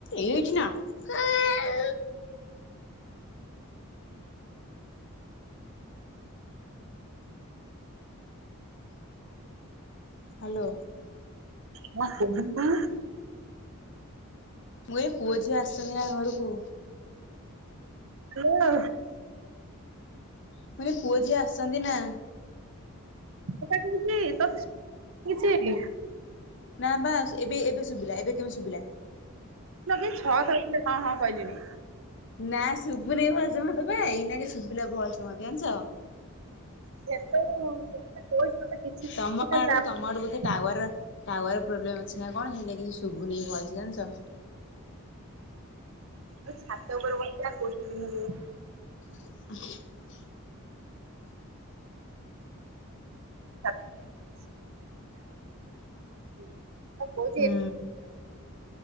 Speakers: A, on the left; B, on the right.
A: ଏଇଠି ନା <unintelligible> ହ୍ୟାଲୋ।
B: ହ କେ <inaudible>
A: ମୁଁ ଏଇ ପୁଅ ଝିଅ ଆସିଛନ୍ତି ନା ଘରକୁ।
B: ହାଲୋ।
A: ମୁଁ କହିନି ପୁଅ ଝିଅ ଆସଛନ୍ତି ନା?
B: ା କହୁଛି ତତେ କିଛି <inaudible>
A: ନା ବାସ୍ ଏବେ ଏବେ ଶୁଭିଲା ଏବେ କେମିତି ଶୁଭିଲା।
B: ମୁଁ କି ଛଅ ଥର ଖଣ୍ଡେ ହଁ ହଁ କହିଲଣିି।
A: ନା ଶୁଭୁ ନେଇ ଭଲସେ ମତେ ପା ଏଇନା କେ ଶୁଭିଲା ଭଲସେ ମତେ ଜାଣିଛ।
B: ସେତେ କଥା କହୁଛି ତତେ କିଛି
A: ତମଆଡୁ
B: ଖାଲି ତା ମୁଁ
A: ତମ ଆଡୁ ବୋଧେ ଟାୱାର ଆସୁ ଟାୱାର ପ୍ରୋବ୍ଲେମ ଅଛି ନା କଣ ହେଇ ଲାଗି ଶୁଭଭୁ ନେଇ ଭଲସେ ଜାଣିଛ।
B: ମୁଁ ଛାତ ଉପରେ ବସିଚି ଆଉ କୋଉଠି କିି ଜିମି କହୁନ।
A: <inaudible>
B: ଆ ସେ <inaudible> ସଛି
A: ହୁଁ
B: <inaudible>